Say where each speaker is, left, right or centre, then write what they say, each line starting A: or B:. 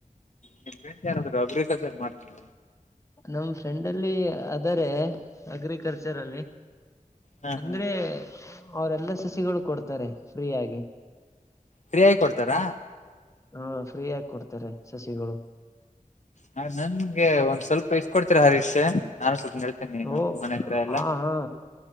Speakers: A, on the left; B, on the left.
A: ನಿಮ್ ಫ್ರೆಂಡ್ಸ್ ಯಾರಾದ್ರೂ ಅಗ್ರಿಕಲ್ಚರ್ ಮಾಡ್ತಿದ್
B: ನಮ್ ಫ್ರೆಂಡ್ ಅಲ್ಲಿ ಅದರೆ ಅಗ್ರಿಕಲ್ಚರ್ ಅಲ್ಲಿ
A: ಹಾ
B: ಅಂದ್ರೆ...
A: ಹಾ
B: ! ಅವರೆಲ್ಲ ಸಸಿಗಳು ಕೊಡ್ತಾರೆ ಫ್ರೀಯಾಗಿ.
A: ಪ್ರಿಯಾಗ್ ಕೊಡ್ತಾರಾ.
B: ಹೂ ಫ್ರೀ ಆಗಿ ಕೊಡ್ತಾರೆ ಸಸಿಗಳು.
A: ನನ್ ನಂಗೆ ಒನ್ಸ್ವಲ್ಪ ಇಸ್ಕೊಡ್ತೀರಾ <unintelligible> ನಾನು ಸ್ವಲ್ಪ ಹೇಳ್ತೇನಿ ನಮ್
B: ಓಹ್
A: ಮನೆ ಹತ್ರ
B: ಹಾ
A: ಎಲ್ಲಾ
B: - ಹಾ